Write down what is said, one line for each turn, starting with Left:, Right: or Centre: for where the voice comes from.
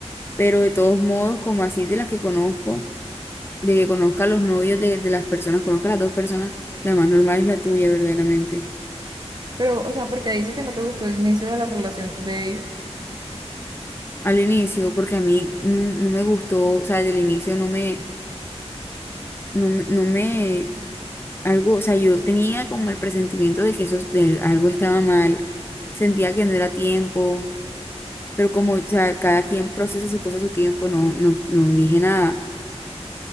Left: pero de todos modos, como así de las que conozco, de que conozca a los novios de, de las personas, conozca a las dos personas, la más normal es la tuya, verdaderamente.
Right: Pero, o sea, porque dice que no te gustó el inicio de la relación de ellos.
Left: Al inicio, porque a mí no, no me gustó, o sea, desde el inicio no me no, me- no me, algo, o sea, yo tenía como el presentimiento de que eso, de algo estaba mal, sentía que no era tiempo, pero como, o sea, cada quien procesa su cosa a su tiempo, no, no, no dije nada.